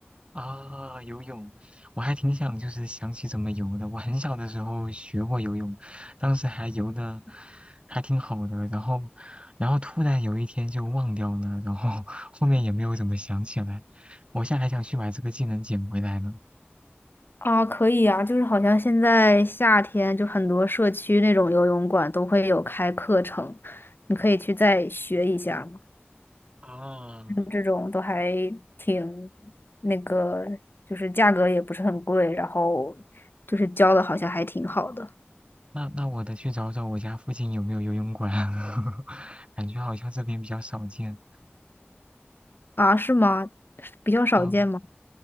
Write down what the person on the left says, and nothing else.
啊，可以啊，就是好像现在夏天就很多社区那种游泳馆都会有开课程，你可以去再学一下。
这种都还挺那个，就是价格也不是很贵，然后就是教的好像还挺好的
啊，是吗？比较少见吗？